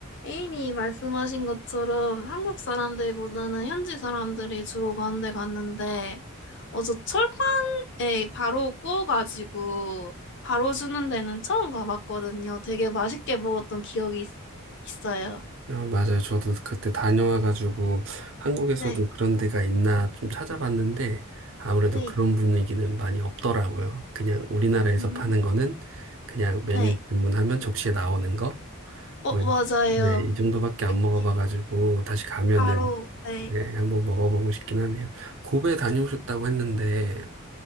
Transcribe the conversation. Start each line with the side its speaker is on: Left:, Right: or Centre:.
Left: 애인이 말씀하신 것처럼 한국 사람들보다는 현지 사람들이 주로 가는 데 갔는데, 어, 저 철판에 바로 구워가지고 바로 주는 데는 처음 가봤거든요. 되게 맛있게 먹었던 기억이 있, 있어요.
Right: 아, 맞아요. 저도 그때 다녀와가지고 한국에서도
Left: 네,
Right: 그런 데가 있나 좀 찾아봤는데 아무래도
Left: 네,
Right: 그런 분위기는 많이 없더라고요. 그냥 우리나라에서
Left: 음,
Right: 파는 거는 그냥 메뉴
Left: 네.
Right: 주문하면 접시에 나오는 거.
Left: 어,
Right: 뭐, 이-
Left: 맞아요.
Right: 네, 이 정도밖에 안
Left: 이렇게
Right: 먹어봐가지고 다시 가면은
Left: 바로, 네,
Right: 네, 한번 먹어보고 싶긴 하네요. 고베 다녀오셨다고 했는데